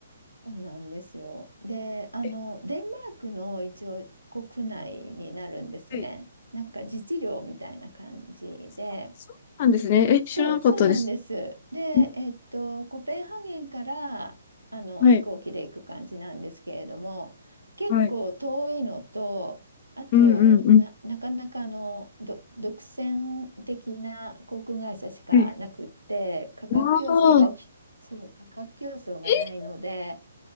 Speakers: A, on the right (about 85°); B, on the left (about 35°).
A: そうなんですよ。で、あの、
B: ー、え、
A: デンマークの一応国内になるんですね。
B: はい。
A: なんか自治領みたいな感じで。
B: あそうなんですね。え、知らなかったです。
A: そう、そうなんです。で、
B: ん
A: えっと、コペンハーゲンからあの飛行機で行く感じなんですけれども、
B: はい。
A: 結構遠いのと、
B: はい。
A: あとな、
B: うんうんうん。
A: なかなかあのど独占的な航空会社しかなくって、
B: はい。
A: 価格競争が起き、
B: ああ、
A: そう、価格競争がないので、
B: え、